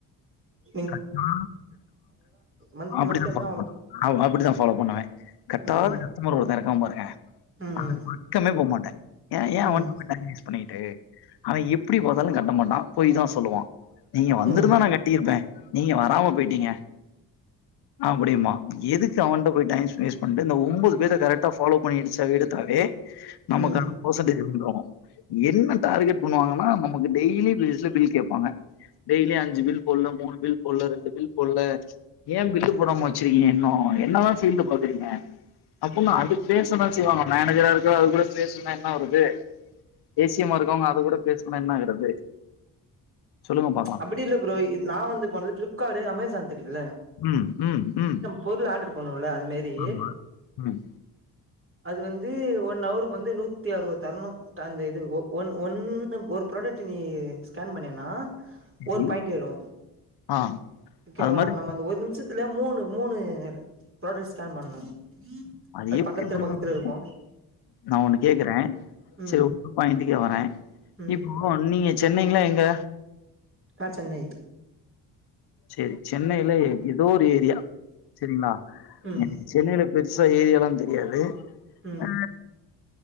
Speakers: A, on the right; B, on the left.
A: உ <unintelligible>
B: கட் நா
A: மந்த்
B: அப்பிடினா
A: மந்த் இருந்தா அவங்கள
B: அப்பிடிதா ஃபாலோ பண்ணுவே கட்டாதங்க
A: ம்
B: கஷ்டமர் ஒருத்த இருக்கா பாருங்க
A: ம்
B: அவ பக்கமே போ மாட்டே ஏ ஏ
A: ம்
B: வந்து பேயிட்டாங்க பண்ணிகிட்டு அவ எப்பிடி முதலு கட்ட மாட்டா பொய் தா சொல்லுவா நீங்க வந்துருந்தா
A: ம்
B: நா கட் ட்டிருப்பே நீங்க வராம பொயிட்டீங்க அப்பிடிம்மா எதுக்கு அவன்ட்ட போய் டைம் ஸ்பேஸ் பண்ணிட்டு இந்த ஒம்போது பேர கரெக்டா ஃபாலோ பண்ணி இடிச்சி எடுத்தாவே நமக்கான
A: ம்
B: பர்சன்டேஜ் விழுந்துரு என்ன டார்கெட் பண்ணுவாங்கன்னா நமக்கு டெய்லி பேஸ்ல பில் கேப்பாங்க டெய்லி அஞ்சி பில் போனு மூணு பில் பொல ரெண்டு பில் பொல ஏ பில்லு போடாம வச்சிருக்கீங்க இன்னு என்னதா சேந்து பாக்குறீங்க அப்புடின்னா அது பேச தா செய்வாங்க மேனேஜரா இருக்க அது கூட பேச லனா என்னாவ்ருது தேசியமா இருக்கவுங்க அது கூட பேஸ்லனா என்ன ஆகுறது சொல்லுங்க பாக்கலாம்
A: அப்பிடில்ல ப்ரோ இது நா வந்து போனது பிளிப்க்காடு அமேசான் தெரியுல்ல
B: ம் ம் ம்
A: பொருளு ஆட்ரு பண்ணுவோல அது மேரி
B: ஆமா. ம்
A: அது வந்து ஒன் அவருக்கு வந்து நூத்தி அறுவது தர்ணு ஸ்ட அந்த இது ஒன் ஒன்னு ஒரு ப்ராடக்ட் நீ ஸ்கேன் பண்ணின்னா ஒரு
B: சரி.
A: பாயிண்ட்டு ஏறு
B: ஆ
A: ஓகேவா
B: அது மாதிரி
A: நம்ம அந்த ஒரு நிமிஷத்துல மூணு மூணு போட்டு ஸ்கேண் பண்ணு
B: அத
A: அது
B: எப்பிடி
A: பக்கத்துல
B: பொடுங்கனு
A: பக்கத்துல இருக்கு
B: குடுக்கணு நா ஒன்னு கேக்குறே
A: ம்
B: செரி ஒங்க பாயிண்டிக்கே வரே
A: ம்
B: இப்போ ஓ நீங்க சென்னைங்களா எங்க
A: நா சென்னை
B: சேரி சென்னையில ஏதோ ஒரு ஏரியா சேரிங்களா
A: ம்
B: சென்னையில பெருசா ஏரியாலா தெரியாது
A: ம்
B: அ